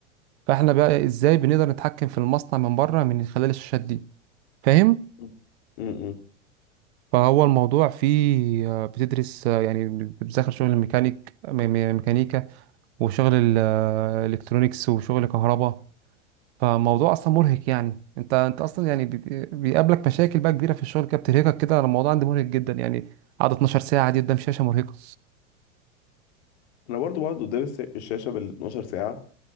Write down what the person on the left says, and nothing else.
مم. مم.
انا برضو بقعد قدام الس- الشاشة بال 12 ساعة